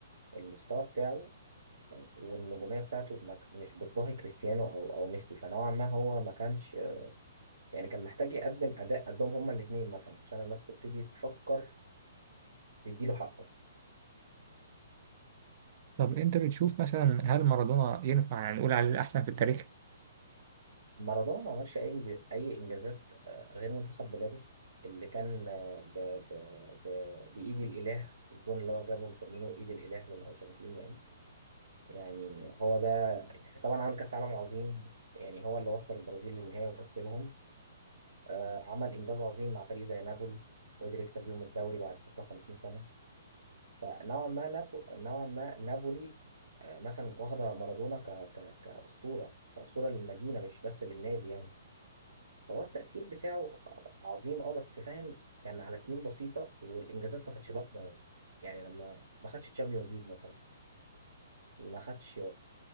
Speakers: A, on the right (about 85°); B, on the right (about 45°).
A: المستوى بتاعه والنجومية بتاعته ما ك- مش بتضاهي كريستيانو أو أو ميسي فنوعا ما هو ما كانش يعني كان محتاج يقدم أداء قدهم هما الاتنين مثلا عشان الناس تبتدي تفكر تديله حقه
B: طب انت بتشوف مثلا هل مارادونا ينفع نقول عليه الاحسن في التاريخ
A: مارادونا ما عملش أي إنج- أي إنجازات آه، غير منتخب بلاده اللي كان آه، ب... ب... ب... بإيد الإله الجون اللي هو جابه مسمينه إيد الإله للأرجنتين يعني يعني هو ده يعني طبعا عمل كأس عالم عظيم يعني هو اللي وصل البرازيل للنهاية وكسبهم آه، عمل إنجاز عظيم مع فريق زي نابولي وقدر يكسب بيهم الدوري بعد 56 سنة فنوعا ما نابو... نوعا ما نابولي آه، مثلا واخدة مارادونا ك... ك... كأسطورة كأسطورة للمدينة مش بس للنادي يعني فهو التأثير بتاعه عظيم اه بس فاهم كان على سنين بسيطة والإنجازات ما كانتش ضخمة أوي يعني لما ما خدش تشامبيونز ليج مثلا ما خدش